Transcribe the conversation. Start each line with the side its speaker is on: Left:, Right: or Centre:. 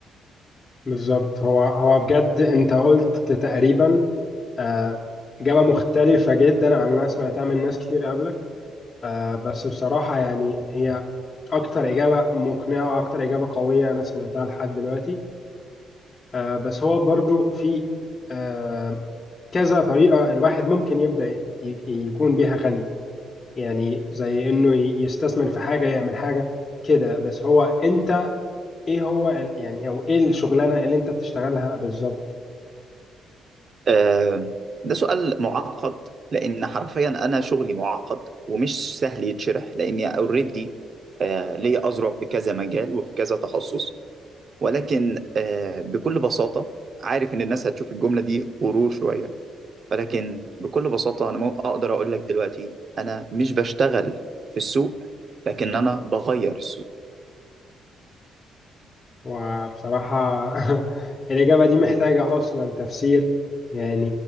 Left: بالظبط هو هو بجد انت قلت تقريبا آه، إجابة مختلفة جدا عن اللي انا سمعتها من ناس كتير قبلك آه، بس بصراحة يعني هي اكتر إجابة مقنعة واكتر إجابة قوية انا سمعتها لحد دلوقتي آه، بس هو برضو في آه، كذا طريقة الواحد ممكن يبدأ ي- يكون بيها غني يعني زي انه يستثمر في حاجة يعمل حاجة كده بس هو انت ايه هو ال- يعني او ايه الشغلانة اللي انت بتشتغلها بالظبط
Right: آه ده سؤال معقد لأن حرفيا أنا شغلي معقد ومش سهل يتشرح لأني أوريدي آه ليا أذرع في كذا مجال وفي كذا تخصص ولكن آه، بكل بساطة عارف إن الناس هتشوف الجملة دي غرور شوية ولكن بكل بساطة أنا مو- أقدر أقول لك دلوقتي أنا مش بشتغل في السوق لكن أنا بغير السوق
Left: وبصراحة <laughs> الإجابة دي محتاجة أصلا تفسير يعني